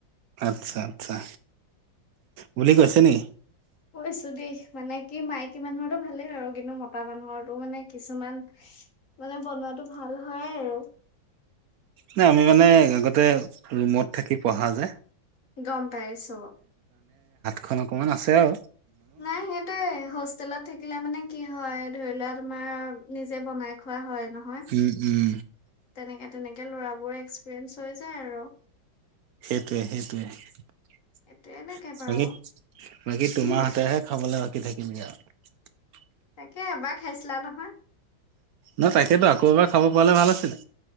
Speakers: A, on the right (about 75°); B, on the left (about 40°).
A: আচ্ছা আচ্ছা। বুলি কৈছে নেকি?
B: কৈছো দেই মানে কি মাইকী মানুহৰটো ভালেই হয় আৰু। কিন্তু মতা মানুহৰটো মানে কিছুমান, মানে বনোৱাটো ভাল হয় আৰু।
A: না আমি মানে আগতে ৰুমত থাকি পঢ়া যে।
B: গম পাইছোঁ।
A: খন অকনমান আছে আৰু।
B: নাই সেইটোৱে হোষ্টেলত- থাকিলে মানে কি হয়, ধৰি লোৱা তোমাৰ, নিজে বনাই খোৱা হয়। নহয়,
A: উম উম
B: তেনেকে- তেনেকে ল'ৰাবোৰৰ এক্সপ্ৰিৰিয়েন্স হৈ যায় আৰু।
A: সেইটোৱে সেইটোৱে।
B: এইটোয়ে লাগে বাৰু
A: বাকী, বাকী
B: উম
A: তোমাৰ হাতেৰে হে খাবলৈ- কি থাকিলগে আৰু।
B: তাকে এবাৰ খাইছিলা নহয়।
A: ন তাকেতো আকৌ এবাৰ খাব পালে ভাল আছিলে।